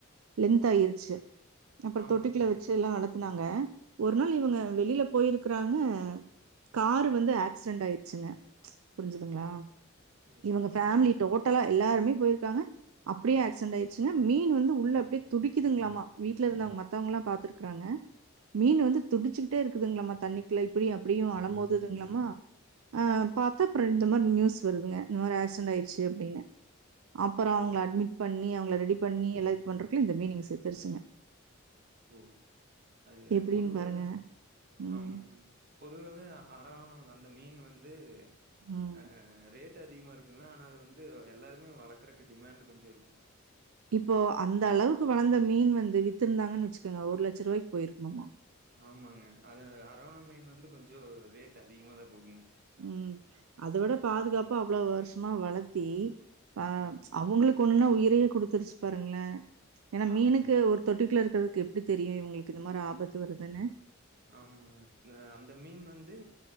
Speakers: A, on the right (about 80°); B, on the right (about 50°).
A: லென்த் ஆயிர்ச்சு அப்றோ
B: ஆமாங்க.
A: தொட்டுக்குள்ள வச்சுல்லா வளத்துனாங்க ஒரு நாள் இவங்க வெளில போயிருக்குறாங்க கார் வந்து ஆக்சிடென்ட் ஆயிருச்சுங்க புரிஞ்சுதுங்களா
B: ஓ! ஓ!
A: இவங்க ஃபேமிலி டோட்டலா எல்லாருமே போயிருக்காங்க அப்டியே ஆக்சிடென்ட் ஆயிடுச்சுங்க மீன் வந்து உள்ள அப்டியே துடிக்குதுங்களாமா வீட் ல இருந்தவங்க மத்தவங்கல்லா பாத்துருக்குறாங்க மீன் வந்து துடிச்சுக்கிட்டே இருக்குதுங்களாமா தண்ணிக்குள்ள இப்டியு அப்டியு அலமோதுங்களாமா ஆ பாத்தா அப்றோ இந்த மாரி நியூஸ் வருதுங்க இந்த மாரி ஆக்சிடென்ட் ஆயிருச்சி அப்டின்னு அப்பறோ அவங்கள
B: ஓ!
A: அட்மிட் பண்ணி அவங்கள ரெடி பண்ணி எல்லா இது பண்றதுக்குள்ள இந்த மீன் இங்க செத்துருச்சுங்க
B: ஓ அது
A: எப்படின்னு
B: பொதுவாதா
A: பாருங்க. ம்.
B: ஆமாங்கம்மா பொதுவாவே அரவணா அந்த மீன் வந்து
A: ம்.
B: ஆ ரேட் டு அதிகமா இருக்குங்க ஆனா அத வந்து எல்லாருமே வளக்குறக்கு டிமாண்ட் கொஞ்சோ இருக்கு
A: இப்போ அந்த அளவுக்கு வளந்த மீன் வந்து வித்திருந்தாங்கன்னு வச்சுக்குங்க ஒரு லட்ச ருவாய்க்கு போயிருக்குமாமா
B: ஆமாங்க அது அந்த அரவணா மீன் வந்து கொஞ்சோ ரேட் அதிகமாதா போகுங்க
A: ம் அத விட
B: அ
A: பாதுகாப்பா அவ்ளவு வருஷமா வளத்தி இப்ப
B: ஆ
A: அவங்களுக் ஒண்ணுன்னா உயிரையே குடுத்துருச்சு பாருங்களே ஏன்னா
B: ஆமாங்க,
A: மீனுக்கு ஒரு தொட்டிக்குள்ள இருக்குறதுக்கு எப்டி தெரியு இவங்களுக்கு இந்த மாரி ஆபத்து வருதுன்னு
B: ஆமாங்க இந்த அந்த மீன் வந்து